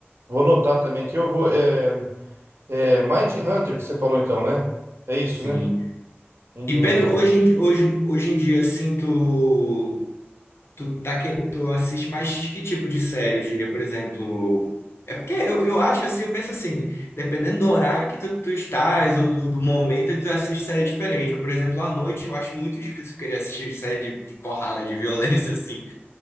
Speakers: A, on the right; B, on the left.
A: vou anotar também que eu vou. É, é Mind Hunter que você falou então, né? É isso,
B: Sim.
A: né? Mind
B: E
A: Hunter.
B: Pedro, hoje, em- hoje, hoje em dia, assim, tu, Tu, tá que, tu assiste mais que tipo de série, eu diria, por exemplo? É porque eu, eu acho assim, eu penso assim, dependendo do horário que tu, tu estás ou do, do momento, tu assiste série diferente. Por exemplo, à noite eu acho muito difícil querer assistir série de, de porrada, de <laughs> violência, assim.